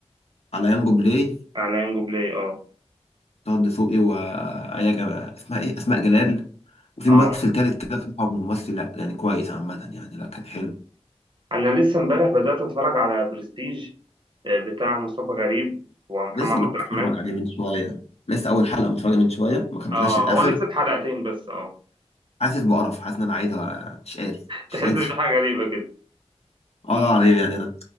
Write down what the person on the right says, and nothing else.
على ينجو بلاي اه
اه
انا لسه امبارح بدات اتفرج على برستيج آه، بتاع مصطفى غريب ومحمد
عبد الرحمن
اه
هو نزل حلقتين بس اه
تحس
ان في حاجه غريبه كده
مم.